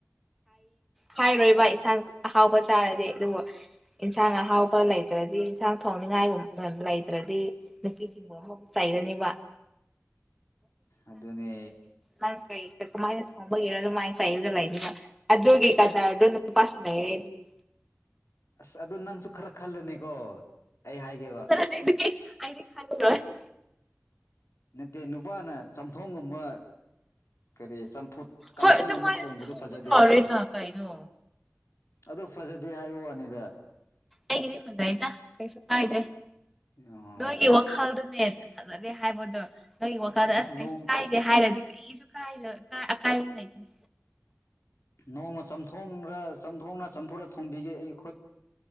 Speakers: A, in the centre; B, on the left.
A: ꯍꯥꯏꯔꯣꯏꯕ ꯏꯟꯁꯥꯡ ꯑꯍꯥꯎꯕ ꯆꯥꯔꯗꯤ ꯑꯗꯨꯒ ꯏꯟꯁꯥꯡ ꯑꯍꯥꯎꯕ ꯂꯩꯇ꯭ꯔꯗꯤ ꯏꯟꯁꯥꯡ ꯊꯣꯡꯅꯤꯉꯥꯏ ꯂꯩꯇ꯭ꯔꯗꯤ ꯅꯨꯄꯤꯁꯤꯡꯕꯨ ꯑꯃꯕꯨꯛ ꯆꯩꯔꯅꯦꯕ
B: ꯑꯗꯨꯅꯦ
A: ꯅꯪ ꯀꯩ ꯀꯃꯥꯏꯅ ꯊꯣꯡꯕꯒꯤꯔꯣ ꯑꯗꯨꯃꯥꯏꯅ ꯆꯩꯔꯒ ꯂꯩꯒꯅꯤꯕ ꯑꯗꯨꯒꯤ ꯀꯗꯔꯗꯣ ꯅꯨꯄꯥꯁꯤꯡ ꯂꯩꯔꯦ ꯑꯗꯨꯗꯤ
B: ꯑꯁ ꯑꯗꯨ ꯅꯪꯁꯨ ꯈꯔ ꯈꯜꯂꯨꯅꯤꯀꯣ ꯑꯩ ꯍꯥꯏꯒꯦꯕ
A: <unintelligible>
B: ꯅꯠꯇꯦ ꯅꯨꯄꯥꯅ ꯆꯝꯊꯣꯡꯒꯨꯝꯕ ꯀꯔꯤ ꯆꯝꯐꯨꯠ ꯀꯥꯡꯁꯣꯏꯒꯨꯝꯕ
A: ꯍꯣꯏ ꯑꯗꯨꯃꯥꯏꯅꯁꯨ
B: ꯊꯣꯡꯕꯗꯣ
A: ꯊꯣꯡꯕ
B: ꯐꯖꯗꯦꯕ
A: ꯇꯥꯔꯦꯅ ꯀꯩꯅꯣ
B: ꯑꯗꯣ ꯐꯖꯗꯦ ꯍꯥꯏꯕ ꯋꯥꯅꯤꯗ
A: ꯑꯩꯒꯤꯗꯤ ꯐꯖꯩꯗ ꯀꯩꯁꯨ ꯀꯥꯏꯗ꯭ꯔꯦ
B: ꯎꯝ
A: ꯅꯣꯏꯒꯤ ꯋꯥꯈꯜꯗꯅꯦ ꯐꯖꯗꯦ ꯍꯥꯏꯕꯗꯣ ꯅꯣꯏꯒꯤ ꯋꯥꯈꯜꯗ
B: ꯑꯥ
A: ꯑꯁ
B: ꯅꯣꯡ
A: ꯀꯩꯁꯨ ꯀꯥꯏ <unintelligible>
B: ꯅꯣꯡꯃ ꯆꯝꯊꯣꯡꯔ ꯆꯝꯊꯣꯡꯅ ꯆꯝꯐꯨꯔ ꯊꯣꯡꯕꯤꯒꯦ ꯑꯩꯌꯨꯛ